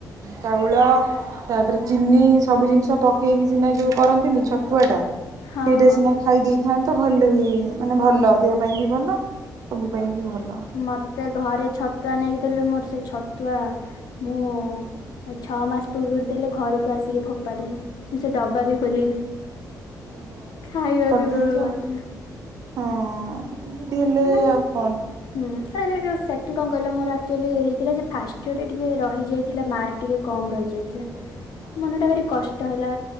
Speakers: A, on the right; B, on the left.
A: ଚାଉଳ ତା ପରେ ଚିନି ସବୁ ଜିନିଷ ପକେଇକି ସିନା ଯେଉଁ କରନ୍ତିନି ଛତୁଆଟା।
B: ହଁ
A: ସେଇଟା
B: ହଁ।
A: ସିନା ଖାଇ ଦେଇ ଥାଆନ୍ତ ତ ଭଲ ହି ମାନେ ଭଲ ଦେହ ପାଇଁ ବି ଭଲ ସବୁ ପାଇଁ ବି ଭଲ।
B: ମତେ
A: ଖାଇଥା
B: ଘରେ ଛତୁଆ ନେଇକି ଦେଲେ ମୋର ସେଇ ଛତୁଆ ମୁଁ ଛଅ ମାସ୍ ପୂର୍ବରୁ ଦେଲେ ଘରକୁ ଆସିକି ଫୋପାଡିଲି ମୁଁ ସେ ଡବା ବି ଖୋଲିନି।
A: ଓହୋ ଏମିତି
B: ଖାଇବା
A: କରିଦେଉଛ
B: ଦୂରର କଥା
A: ଆଉ ହଁ ଏମିତି ହେଲେ
B: ମାନେ
A: ଆଉ କଣ
B: ହୁଁ ଆରେ ଆରେ ସେଠି କଣ କହିଲ ମୋର ଆକ୍ଚୁଆଲି ହେଇଥିଲା ଯେ ଫାଷ୍ଟ ଇୟର ରେ ଟିକେ ରହିଯାଇଥିଲା ମାର୍କ ଟିକେ କମ ରହି ଯାଇଥିଲା
A: ଓହୋ ହଁ
B: ମନଟା ଭାରି କଷ୍ଟ ହେଲା